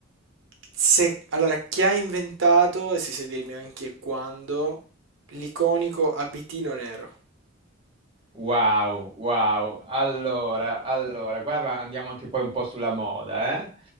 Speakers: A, on the right; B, on the right.
A: Se, allora, chi ha inventato, e se sai dirmi anche quando, l'iconico abitino nero?
B: Wow, wow. Allora, allora, qua va- andiamo anche poi un po' sulla moda, eh?